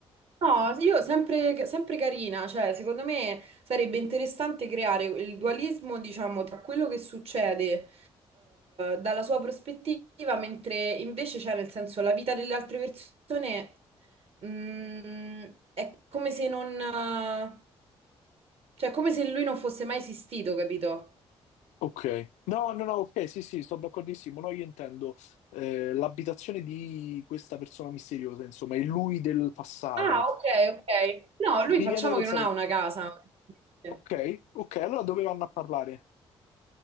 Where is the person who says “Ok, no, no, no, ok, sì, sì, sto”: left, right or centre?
Left